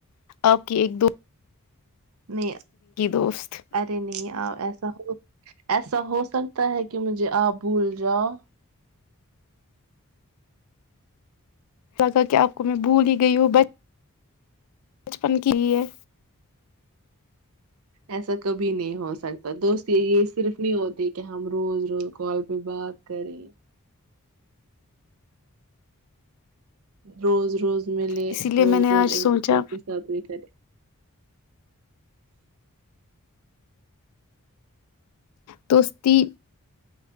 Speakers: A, on the left (about 90°); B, on the right (about 65°).
A: آپ کی ایک دو
B: نہیں
A: دوست
B: ارے نہیں آ ایسا ہو ایسا ہو سکتا ہے کہ مجھے آپ بھول جاؤ
A: لگا کہ آپ کو میں بھول ہی گئی ہوں بچ بچپن کی لی ہے
B: ایسا کبھی نہیں ہو سکتا دوست یہ صرف نہیں ہوتی کہ ہم روز روز کال پہ بات کریں روز روز ملے
A: اسی لیے
B: روز
A: میں نے
B: روز
A: آج
B: ایک
A: سوچا
B: دوسرے کے ساتھ بھی کرے
A: توستی